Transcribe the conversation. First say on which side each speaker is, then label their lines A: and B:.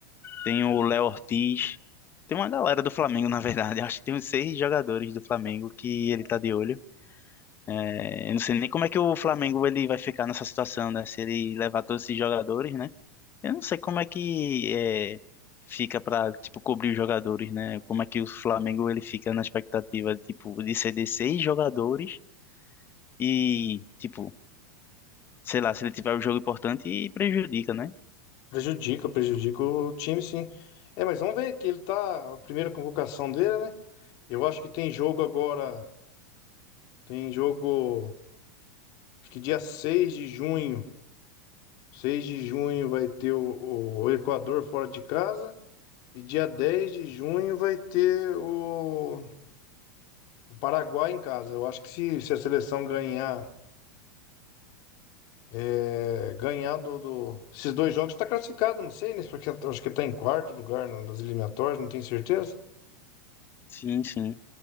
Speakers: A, on the left; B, on the left.
A: tem o Léo Ortiz, tem uma galera do Flamengo, na verdade. <laughs> Acho que tem uns seis jogadores do Flamengo que ele tá de olho. É, eu não sei nem como é que o Flamengo ele vai ficar nessa situação, né? Se ele levar todos esses jogadores, né? Eu não sei como é que é, fica pra, tipo, cobrir os jogadores, né? Como é que o Flamengo ele fica na expectativa, tipo, de ceder seis jogadores e, tipo sei lá, se ele tiver um jogo importante e prejudica, né?
B: prejudica, prejudica o time, sim. É, mas vamos ver que ele tá, a primeira convocação dele, né? Eu acho que tem jogo agora. Tem jogo, acho que dia 6 de junho. seis de junho vai ter o, o Equador fora de casa. E dia 10 de junho vai ter o, o Paraguai em casa. Eu acho que se, se a seleção ganhar, é, ganhar do, do- esses dois jogos, está classificada, não sei, né? Porque eu acho que está em quarto lugar no- nas eliminatórias, não tenho certeza.
A: Sim, sim.